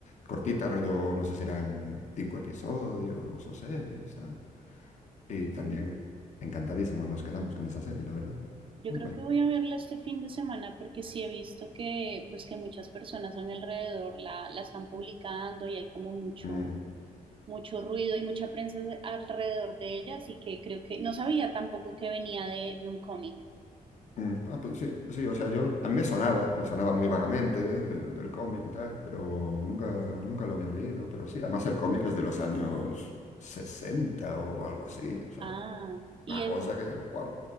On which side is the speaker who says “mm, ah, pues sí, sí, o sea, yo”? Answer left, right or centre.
Left